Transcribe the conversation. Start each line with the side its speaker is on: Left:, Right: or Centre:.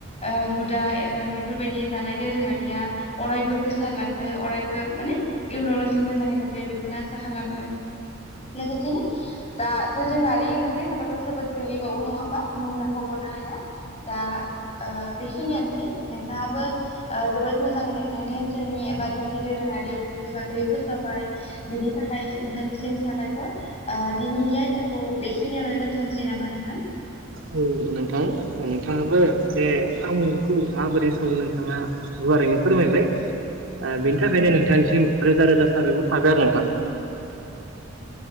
Left: ओ हुदा एबा बेफोरबायदि जानाय दोरोङारिया अरायबो गोसार लांथो अरायबो माने इयुनाव लासै मोजाङै थाथो बेखौनो आसा खालामो। लोगोसे दा दोरोङारि ओंख्रि होनोबाथ' जोबोद गोलैबावो नङा होमबा मुंलाख'गनो हाया। दा ओ बेखिनियानोसै नोंथाङाबो ओ जोबोद मोजांनो नोंथांनि ओनसोलनि एबा जोंनि दोरोङारि ओंख्रिनि बागै फोसावबाय। बिनि थाखाय नोंथांनिसिम साबायखर। ओ दिनैनि आयदाखौ बेखिनियावनो दोनथ'नोसै नामा नोंथां?
Right: औ नोंथां नोंथाङाबो
Left: औ
Right: जे सामुखौ माबोरै सङो नोंथाङा गुवारैनो फोरमायबाय ओ
Left: औ
Right: बेनि था बेनि थाखायनो नोंथांसिम रोजा रोजा साबाखर थाबाय आरो नोंथां
Left: <inaudible>